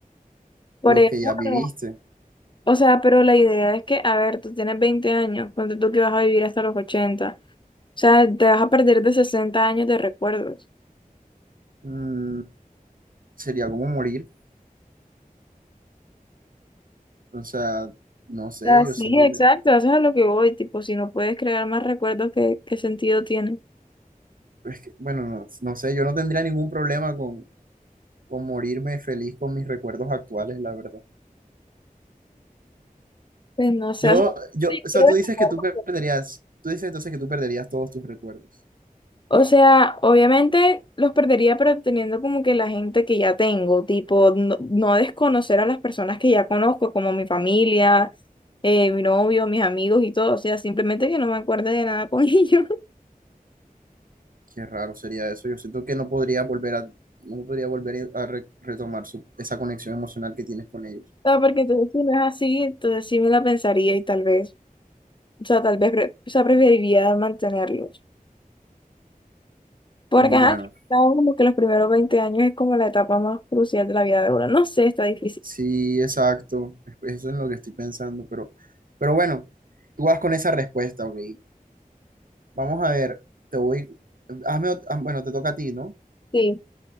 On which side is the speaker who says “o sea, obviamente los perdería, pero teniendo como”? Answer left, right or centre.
Left